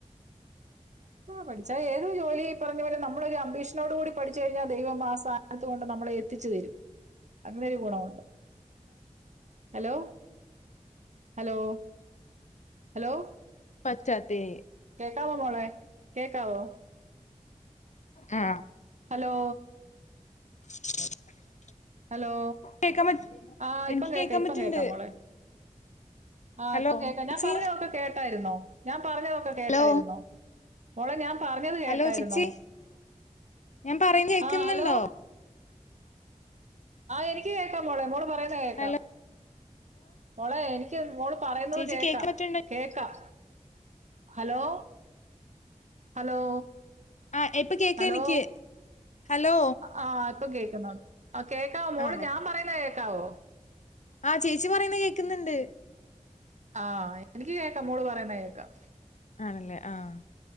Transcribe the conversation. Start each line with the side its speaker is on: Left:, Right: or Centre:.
Right: പഠിച്ച <unintelligible> എത് ജോലി പറഞ്ഞ പോലെ നമ്മൾ അമ്പിഷൻ ഓട് കൂടി പഠിച്ച് കഴിഞ്ഞാൽ ദൈവം ആസ്ഥനത്ത് കൊണ്ട് നമ്മളെ എത്തി ച്ച് തരും അങ്ങനെ ഒരു ഗുണം ഉണ്ട് ഹലോ ഹലോ ഹലോ
Left: പറ്റ തെയ്
Right: കേക്കാവോ മോളെ കേക്കാവോ
Left: ആ
Right: ഹലോ
Left: <inaudible>
Right: ഹലോ
Left: കേക്കാൻ പറ്റ
Right: ആ ഇപ്പ
Left: എനിക്ക്
Right: കേക്ക
Left: കേക്കാൻ
Right: ഇപ്പോ
Left: പറ്റ്ണ്ട്
Right: കേൾക്കാൻ മോളെ ആ
Left: ഹലോ
Right: ഇപ്പൊ കേൾക്കാം
Left: ചേച്ചി
Right: ഞാൻ പറഞ്ഞതൊക്കെ കേട്ടായിരുന്നോ ഞാൻ പറഞ്ഞത് കേട്ടായിരുന്നോ
Left: ഹലോ
Right: മോളെ ഞാൻ പറഞ്ഞത് കേട്ടായിരുന്നോ
Left: ഹലോ ചേച്ചി ഞാൻ പറയുന്ന കേക്കുന്നുണ്ടോ
Right: ആ ഹലോ എനിക്ക് കേൾക്കാൻ മോളെ മോള് പറയുന്നത് കേൾക്കാം
Left: ഹലോ
Right: മോളെ എനിക്ക് മോള് പറയുന്നത്
Left: ചേച്ചി കേക്കാൻ പറ്റ്ണ്ടോ
Right: കേൾക്കാം ഹലോ ഹലോ
Left: ആഹ് ഇപ്പൊ കേക്ക
Right: ഹലോ
Left: എനിക്ക് ഹലോ
Right: ആ ഇപ്പോ കേൾക്കുന്നുണ്ട് ആ കേക്കാം മോള്
Left: ആഹ്
Right: ഞാൻ പറയുന്നത് കേൾ ക്കാവോ
Left: ആഹ് ചേച്ചി പറയുന്ന കേക്കുന്നുണ്ട്
Right: ആഹ് എനിക്ക് കേക്കാം മോള് പറയുന്ന കേക്കാം
Left: ആണല്ലേ ആഹ്